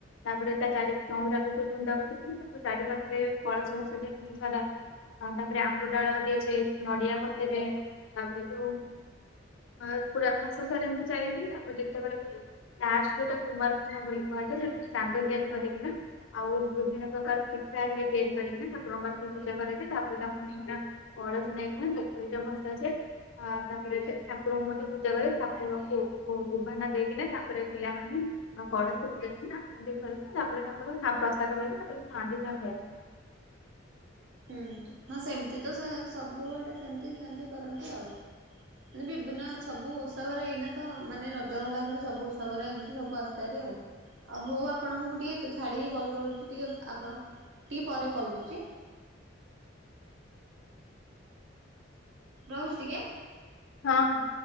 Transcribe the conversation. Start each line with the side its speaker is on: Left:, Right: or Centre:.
Left: ତାପରେ ତା ଚାରି ଚଉଁରା <unintelligible> ବୃନ୍ଦାବତୀ ଥିବେ ତାକୁ ଚାରି ପାଖରେ କଳସ ବସା ଯାଏ ମାସ ସାରା। ଆଉ ତାପରେ ଆମ୍ବଡାଳ ଦିଆଯାଏ। ନଡ଼ିଆ ବସାଯାଏ। ତାପରେ ଯୋଉ ଆ ପୁରା ମାସ ସାର ଏମିତି ଚାଲିଥାଏ ତାପରେ ଯେତେବେଳେ ପୁରେ ଲାଷ୍ଟ୍ ଗୋଟେ କୁମାର ପୂର୍ଣ୍ଣିମା ବୋଲି କ କୁହାଯାଏ ସେଦିନ ଚାନ୍ଦ ତିଆରି କରିକିନା ଆଉ ବିଭିନ୍ନ ପ୍ରକାର ପିଠା ଇଡ୍ ଲି ତିଆରି କରିକିନା ତା ରମ୍ବା କେମ୍ ତି ପୁଜା କରାଯାଏ ତାପରେ ତାକୁ ନେଇକିନା କଳସି ନେଇକି ପୋଖରୀରେ ଭସାଯାଏ। ଆ ତା ରେଥେ ଠାକୁରଙ୍କୁ ମଧ୍ୟ ପୂଜା କରି ଠାକୁରଙ୍କୁ ଉ-ଉଭାନ ଦେଇକିନା ତାପରେ ପିଲାମାନେ ଆଉ କ କଳସୀ ବୁଡ଼େଇକିନା ଆସନ୍ତି ଘରକୁ ତାପରେ ତାଙ୍କଡ଼ ଖା ପ୍ରସାଦ ପାଇକି ତାପରେ ଖାଆନ୍ତି ଯା ଖାଇବା କଥା।
Right: ହୁଁ ହୁଁ ହଁ ସେମିତି ତ ସେ ସବୁଆଡ଼େ ସେମ୍ ତି ସେମ୍ ତି କରନ୍ତି ଆଉ। ମାନେ ବିବିନ୍ନ ସବୁ ଓଷା ବାର ଏଇନା ତ ମାନେ ରଜ ଗଲା ପରେ ସବୁ ଓସା ବାର ଏମ୍ ତି ସବୁ ଆସେ ହାରି ଆଉ। ଆଉ ହୋଉ ଆପଣଙ୍କୁ ମୁଁ ଟିକେ ଛାଡ଼ି କଲ୍ କରୁଛି ଟିକେ ଆପଣ ଟିକେ ପରେ କଲ୍ କରୁଚି। ରହୁଚି ଟିକେ?
Left: ହଁ ହୁଁ।